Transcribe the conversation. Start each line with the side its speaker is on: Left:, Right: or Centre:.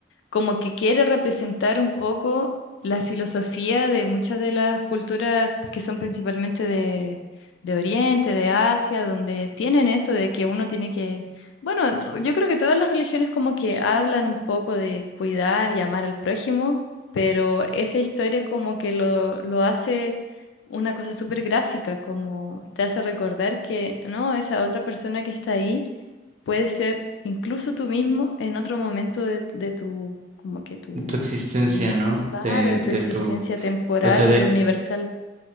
Left: como que quiere representar un poco la filosofía de muchas de las culturas que son principalmente de, de Oriente, de Asia, donde tienen eso de que uno tiene que, bueno, r- yo creo que todas las religiones como que hablan un poco de cuidar y amar al prójimo, pero esa historia como que lo, lo hace una cosa súper gráfica, como te hace recordar que, no, esa otra persona que está ahí Puedes ser incluso tú mismo en otro momento de, de tu, como que tu,
Right: De tu existencia,
Left: di-
Right: ¿no?
Left: claro,
Right: De,
Left: de tu
Right: de
Left: existencia
Right: tu,
Left: temporal,
Right: o sea, de
Left: universal.